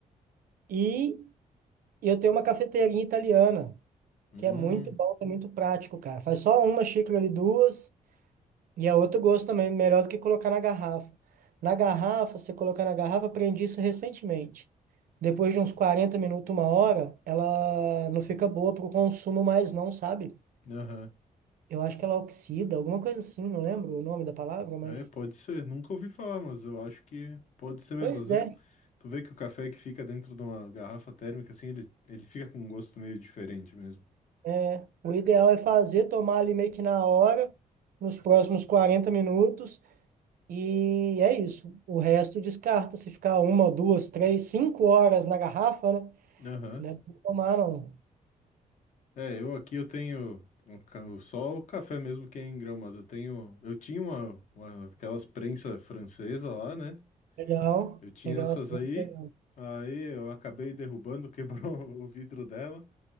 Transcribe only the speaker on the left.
Hum,
aham.
É, pode ser. Nunca ouvi falar, mas eu acho que pode ser mesmo.
Às vezes,
tu vê que o café que fica dentro de uma garrafa térmica, assim, ele, ele fica com um gosto meio diferente mesmo.
Aham.
É, eu aqui eu tenho um ca- só o café mesmo que é em grão, mas eu tenho. Eu tinha uma, uma- aquelas prensa francesa lá, né?
Eu tinha
essas
aí,
aí eu acabei derrubando, <laughs> quebrou o vidro dela.